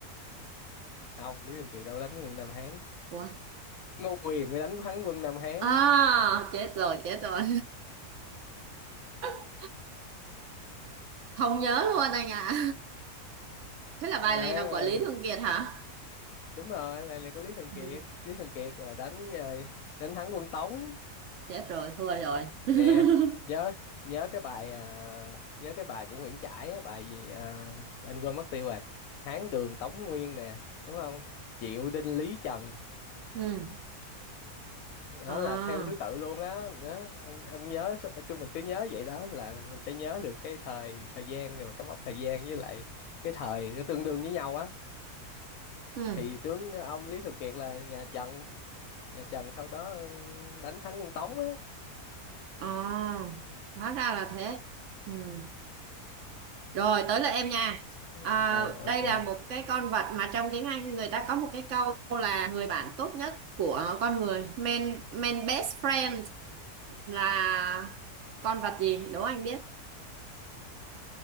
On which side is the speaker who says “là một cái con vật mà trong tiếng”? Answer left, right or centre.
Right